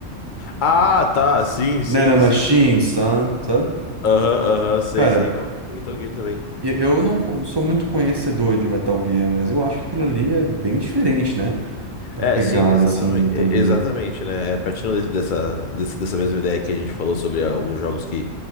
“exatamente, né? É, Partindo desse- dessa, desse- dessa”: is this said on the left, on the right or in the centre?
Left